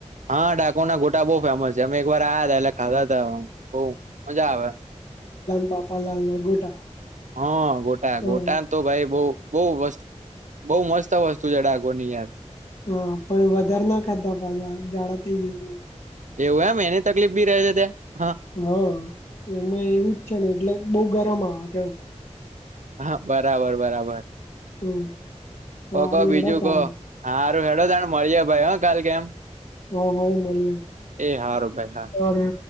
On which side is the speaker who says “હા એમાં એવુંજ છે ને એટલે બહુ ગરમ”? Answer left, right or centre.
Left